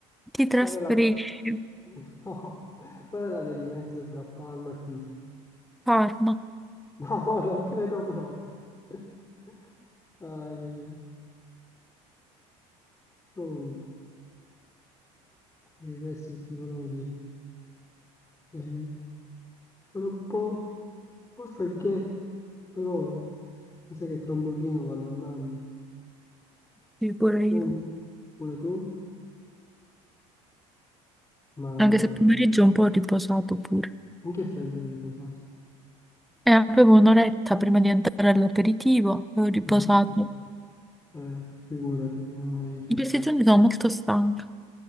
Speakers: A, in the centre; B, on the left.
A: Ti trasferisci,
B: Qual è la... <laughs>
A: a
B: No, qual è la via di mezzo fra Parma e Pisa? <laughs>
A: Parma.
B: No, non credo proprio. <laughs> Ai, ai, ai. Comunque, per il resto che ti volevo dire. Eh, sono un po', un po' stanchetto, però mi sa che tra un pochino vado a nanna.
A: Sì, pure
B: Tu,
A: io.
B: pure tu? Ma
A: Anche se il pomeriggio è un po' riposato pure.
B: in che senso eri riposato?
A: E avevo un'oretta prima di entrare all'aperitivo e ho riposato.
B: Mhm. Eh, figurati se non eri tu,
A: In questi giorni sono molto stanca.